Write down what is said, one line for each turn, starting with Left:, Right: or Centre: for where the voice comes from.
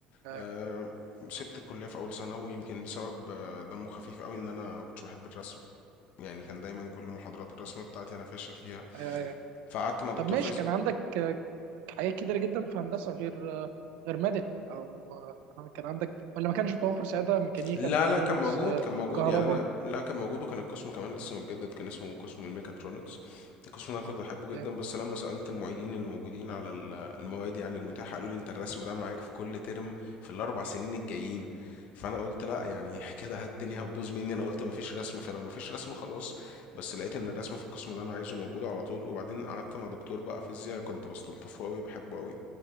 Right: ايوه
Left: آه، سبت الكلية في أول سنة ويمكن بسبب آه، دمه خفيف قوي إن أنا كنتش بحب الرسم يعني كان دايما كل محاضرات الرسم بتاعتي أنا فاشل فيها
Right: ايوه, أيوة.
Left: فقعدت مع دكتور
Right: طب ماشي
Left: فيزياء
Right: كان عندك آه، حاجات كتيرة جدا في هندسة غير آه، غير مدني او آه، كان كان عندك ولا ما كانش متوفر ساعتها ميكانيكا
Left: لا
Right: ميكاترونكس
Left: لا كان موجود
Right: آه،
Left: كان موجود
Right: كهرباء
Left: يعني انا لا كان موجود وكان القسم كمان لسه متجدد كان اسمه قسم الميكاترونكس القسم ده انا كنت بحبه جدا
Right: جامد
Left: بس لما سألت المعيدين اللي موجودين على ال- المواد يعني المتاحة قالوا لي انت الرسم ده معاك في كل ترم في الاربع سنين الجايين فانا قلت لا يعني <laughs> كده الدنيا هتبوظ مني انا قلت مفيش رسم فلو مفيش رسم خلاص بس لقيت ان الرسم في القسم اللي انا عايزه موجود على طول وبعدين قعدت مع دكتور بقى فيزياء كنت بستلطفه قوي بحبه قوي